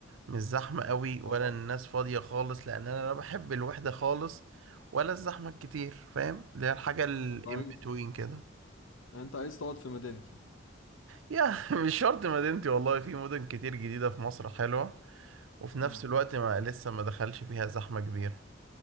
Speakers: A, on the right; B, on the left.
A: مش زحمة قوي ولا
B: اه
A: الناس فاضية خالص لان انا لا بحب الوحدة خالص ولا الزحمة الكتير فاهم اللي هي الحاجة الان
B: انت عايز
A: بتوين كده
B: يعني انت عايز تقعد في مدينتي
A: يا <laughs> مش شرط مدينتي والله في مدن كتير جديدة في مصر حلوة وفي
B: امم
A: نفس الوقت ما لسه ما دخلش فيها زحمة كبيرة